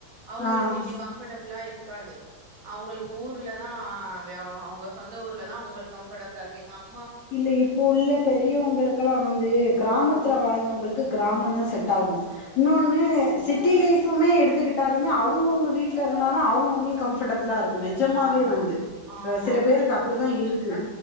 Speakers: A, on the right (about 60°); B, on the left (about 55°).
A: அவங்களுக்கு
B: ஆ
A: இங்க கம்ஃபர்டபுளா இருக் க்காது அவங்ளுக்கு ஊர்ல த்தா வே அவங்க சொந்த ஊர்ல தா உங்ளுக் கம்படஃல்லா இருக் எங்க அம்
B: இல்ல இப்போள்ள பெரியவங்களுகெல்லா வந்து கிராமத்துல
A: ம்
B: வாழ்ந்தவங்களுக்கு கிராமந்தா செட்ட ஆகு இன்னொன்னு சிட்டி லைஃப் த்துமே எடுத்துகிட்டால்லுமே அவுங்கவுங்க வீட்ல இருந்தாலு அவங்கவுங்களுக்கு கம்ஃபடபுலா இருக் ஒ நெஜமாவே
A: ஆமா
B: வந்து
A: ஆமா
B: சில அ பேருக்கு அப் ப்பிடி தா இருக்கு